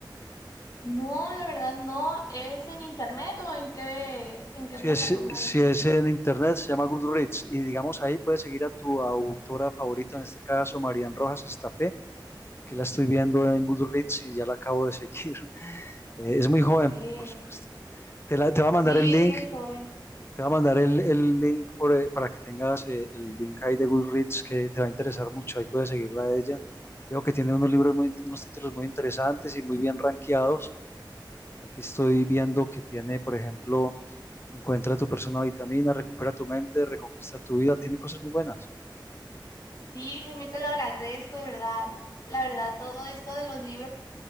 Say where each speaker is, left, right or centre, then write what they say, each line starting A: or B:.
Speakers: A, on the left; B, on the left.
A: No, la verdad no, ¿es en internet o en qué, en qué
B: Si
A: plataforma
B: es, si
A: es?
B: es en internet, se llama Goodreads. Y digamos ahí puedes seguir a tu autora favorita, en este caso Marian Rojas Estapé. Aquí la estoy viendo en Goodreads y ya la acabo de seguir. <laughs> Eh, es muy joven,
A: Que
B: por supuesto. Te, la- te va a
A: sí,
B: mandar el
A: es
B: link
A: muy joven.
B: Te va a mandar el, el link por, eh, para que tengas eh, el link ahí de Goodreads que te va a interesar mucho. Ahí puedes seguirla a ella. Veo que tiene unos libros muy, unos títulos muy interesantes y muy bien rankeados. Aquí estoy viendo que tiene, por ejemplo, Encuentra tu persona vitamina, recupera tu mente, reconquista tu vida. Tiene cosas muy buenas.
A: Sí, Jaime, te lo agradezco, de verdad. La verdad, todo esto de los libros,